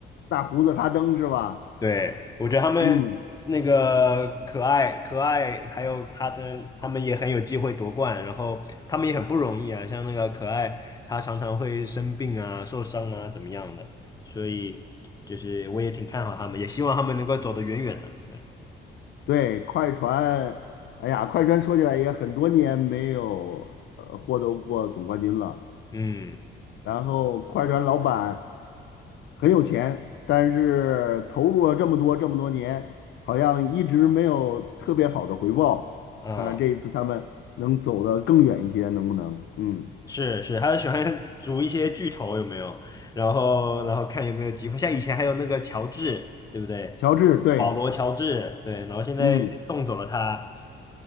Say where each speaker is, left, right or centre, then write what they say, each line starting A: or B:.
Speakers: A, on the left; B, on the left.
A: 大胡子哈登是吧？
B: 对，我觉得他们那个可爱可爱，
A: 嗯。
B: 还有哈登，他们也很有机会夺冠，然后他们也很不容易啊。像那个可爱，他常常会生病啊、受伤啊，怎么样的，所以就是我也挺看好他们，也希望他们能够走得远远的。对，
A: 对，快船，哎呀，快船说起来也很多年没有呃获得过总冠军了。
B: 嗯
A: 然后快船老板很有钱，但是投入了这么多这么多年，好像一直没有特别好的回报。
B: 嗯，
A: 看看这一次他们能走得更远一些，能不能？嗯，
B: 是是，他喜欢 <laughs> 组一些巨头有没有？然后然后看有没有机会，像以前还有那个乔治，对不对？
A: 乔治，对，
B: 保罗·乔治，对，然后现在送走了他，
A: 嗯，